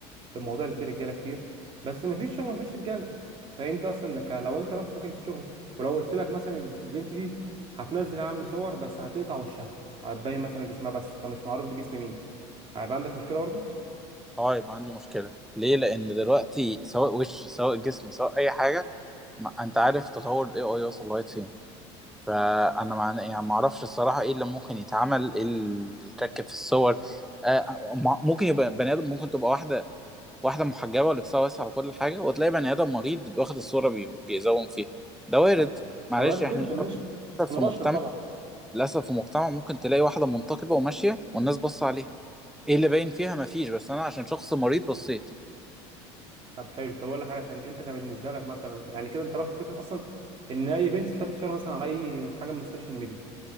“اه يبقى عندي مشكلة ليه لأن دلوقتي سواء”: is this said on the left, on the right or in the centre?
Centre